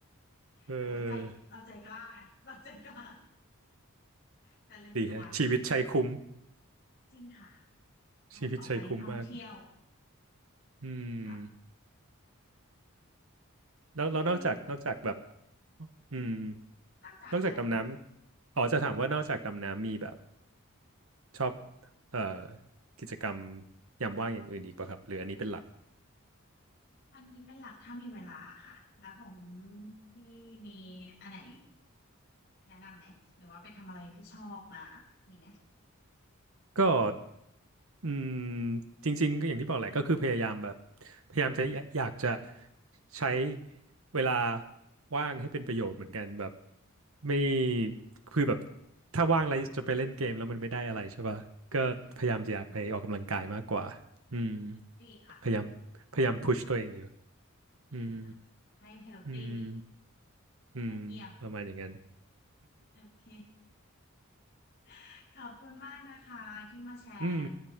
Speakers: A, on the right; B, on the left.
A: ำเอ
B: แต่ว่าใจเราใจกล้าไงเราใจกล้า
A: อ
B: แต่ลืมตัว
A: ดีฮะชีวิตชัยคุ้ม
B: จริงค่ะต้องออกไปท่องเที่ยว
A: ชีวิตชัยคุ้มมากอืม
B: นี่ค่ะ
A: แล้วแล้วนอกจากนอกจากแบบ
B: โอเค
A: อืม
B: นอกจากอะไรคะ
A: นอกจากดำน้ำอ๋อจะถามว่านอกจากดำน้ำมีแบบ ชอบเอ่อกิจกรรมยามว่างอย่างอื่นอีกป่ะครับหรืออันนี้เป็นหลัก
B: อันนี้เป็นหลักถ้ามีเวลาค่ะ แล้วของพี่มีอันไหนแนะนำไหม หรือว่าไปทำอะไรที่ชอบมามีไหม
A: ก็อืมจริงๆก็อย่างที่บอกแหละก็คือพยายามแบบพยายามจะอยอยากจะใช้เวลาว่างให้เป็นประโยชน์เหมือนกันแบบไม่คือแบบถ้าว่างแล้วจะไปเล่นเกมแล้วมันไม่ได้อะไรใช่ป่ะก็พยายามจะอยากไปออกกำลังกายมากกว่าอืม
B: อืมดีค่ะ
A: พยายามพยายามพุชตัวเองอยู่อืม
B: ดีค่ะให้เฮลตี้
A: อืมอืมประมาณอย่างนั้น
B: แล้วเกี่ยวโอเค <laughs> ขอบคุณมากนะคะที่มาแชร์
A: <laughs> อืม